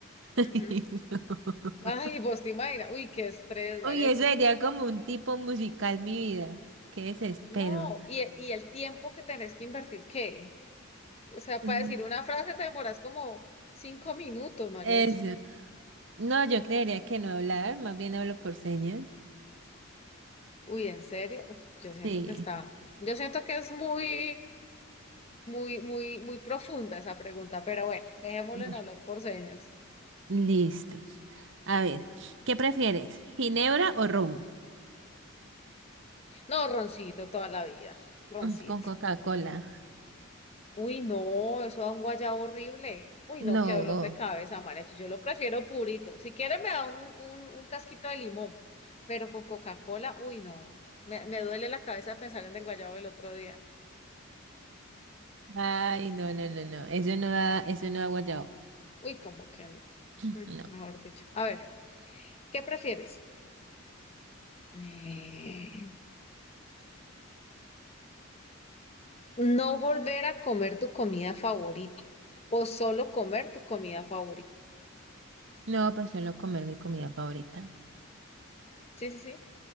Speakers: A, on the right; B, on the left.
A: <laughs>
B: Ujú.
A: No.
B: Ay, vos te imaginas, uy, qué estrés, mariachi.
A: Uy, eso sería como un tipo musical, mi vida. Qué desespero.
B: No, y, e- y el tiempo que tenés que invertir, ¿qué? O sea,
A: Mm,
B: para decir una frase te demoras como cinco minutos, mariachi.
A: Eso. No, yo creería que no hablar, más bien hablo por señas.
B: Uy, ¿en serio? Uf, yo siento
A: Sí.
B: que está, yo siento que es muy, muy, muy, muy profunda esa pregunta, pero bueno, dejémoslo
A: Bueno,
B: en hablar por señas.
A: Listos. A ver, ¿qué prefieres? ¿Ginebra o rum?
B: No, roncito toda la vida, roncito.
A: Mm, Con Coca-Cola.
B: Uy, no, eso da un guayabo horrible. Uy,
A: No.
B: no, qué dolor de cabeza, María. Yo lo prefiero purito. Si quiere me da un, un, un casquito de limón, pero con Coca-Cola, uy, no. Me, me duele la cabeza pensar en el guayabo del otro día.
A: Ay, no, no, no, no. Eso no da, eso no da guayabo.
B: Uy, como que no.
A: <clears throat>
B: Mm,
A: No.
B: Mejor dicho. A ver, ¿qué prefieres? Eh, ¿no volver a comer tu comida favorita o solo comer tu comida favorita?
A: No, pues suelo comer mi comida favorita.
B: Sí, sí, sí.